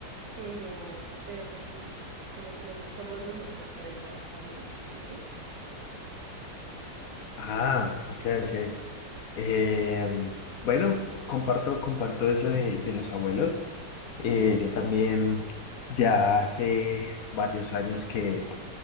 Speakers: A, on the right; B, on the left.
A: pero, pero pues sí, pues como que nosotros somos nosotros tres básicamente. ¿Y tú?
B: Ah, ok, ok. Eh, bueno, comparto, comparto eso de, de los abuelos. Eh, yo también ya hace varios años que,